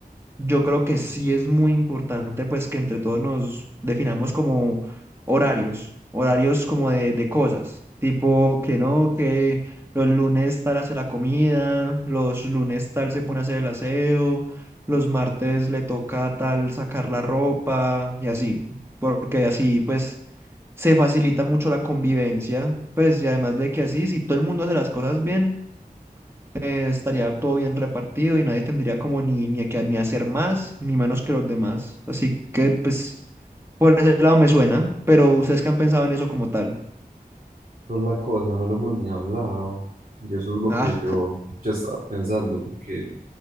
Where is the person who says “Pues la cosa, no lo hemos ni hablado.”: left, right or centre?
Right